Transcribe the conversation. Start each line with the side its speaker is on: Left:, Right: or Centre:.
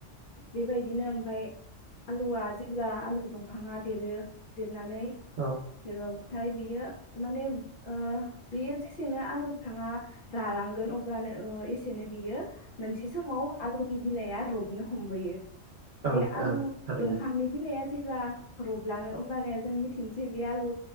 Left: बेबायदिनो ओमफ्राय आलुआ जेब्ला आलु दंफाङा देरो देर नानै
Right: औ
Left: <unintelligible> नाथाय बियो माने ओ बेयो जेसेनो आलु बिफाङा रालांगोन अब्लानो ओ एसेनो बियो मोनसे समाव आलुनि बिलाइआ रबनो हमबोयो
Right: ओं
Left: बे आलु
Right: ओं थारैनो
Left: दंफांनि बिलाइआ जे ब्ला रबलाङो होमब्लानिया जों मिथिनोसै बे आलु